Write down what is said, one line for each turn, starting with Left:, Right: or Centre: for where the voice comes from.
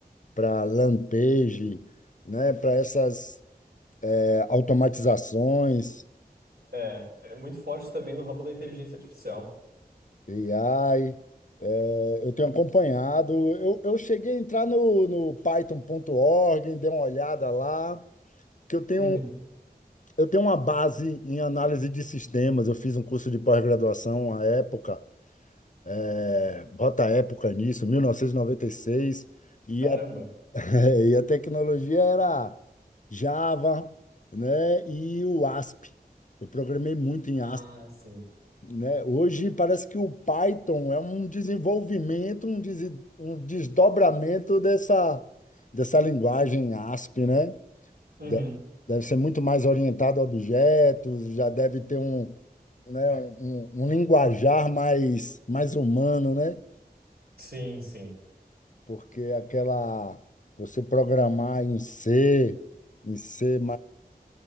Left: para landing page, né, para essas é, automatizações.
Right: É, é muito forte também no ramo da inteligência artificial.
Left: E AI, é, eu tenho acompanhado. Eu, eu cheguei a entrar no, no python.org, dei uma olhada lá, que eu tenho,
Right: Uhum.
Left: eu tenho uma base em análise de sistemas. Eu fiz um curso de pós-graduação à época, é, bota a época nisso, 1996, e
Right: Caramba.
Left: noventa e seis, e a, <laughs> e a tecnologia era Java, né, e o ASP. Eu programei muito em
Right: Ah,
Left: ASP.
Right: sim.
Left: né? Hoje parece que o Python é um desenvolvimento, um, des- um desdobramento dessa, dessa linguagem ASP, né?
Right: Uhum.
Left: De- Deve ser muito mais orientado a objetos, já deve ter um, né, um, um linguajar mais, mais humano, né?
Right: Sim, sim.
Left: Porque aquela você programar em C, em C++,